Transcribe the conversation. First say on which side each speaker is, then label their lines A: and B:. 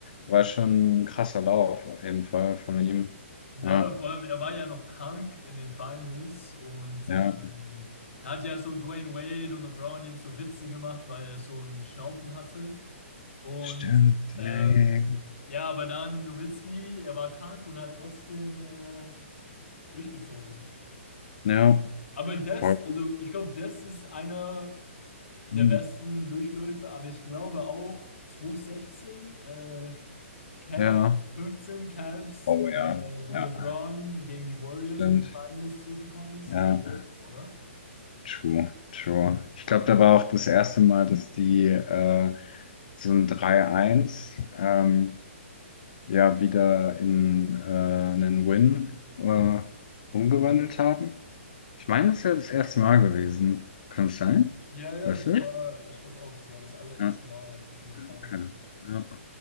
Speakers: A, on the left; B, on the left.
A: war schon ein krasser Lauf auf jeden Fall von ihm.
B: Ja,
A: Ja,
B: vor allem, er war ja noch krank in den Finals und
A: ja.
B: ähm, da hat ja so Dwayne Wade und LeBron, die haben so Witze gemacht, weil er so einen Schnaufen hatte. Und
A: Stimmt.
B: ähm,
A: Yay.
B: ja, aber dann Nowitzki, er war krank und hat trotzdem äh, durchgezogen.
A: Ja, ja. Ja,
B: Aber das,
A: voll.
B: also ich glaube, das ist einer der
A: Hm,
B: besten Durchläufe, aber ich glaube auch 2016, äh, Cavs
A: Ja.
B: 15 Cavs,
A: Oh
B: äh,
A: ja,
B: wo
A: ja.
B: LeBron gegen die Warriors
A: Stimmt.
B: in den Finals zurückgekommen ist,
A: Ja.
B: ist ja auch, oder?
A: True, true. Ich glaube, da war auch das erste Mal, dass die äh, so ein 3-1 ähm, ja wieder in äh, einen Win äh, umgewandelt haben. Ich meine, das ist ja das erste Mal gewesen. Kann es sein?
B: Ja, ja,
A: Weißt
B: das
A: du?
B: war, ich glaube auch, das war das allererste
A: Ja,
B: Mal in den Finals.
A: okay. Ja.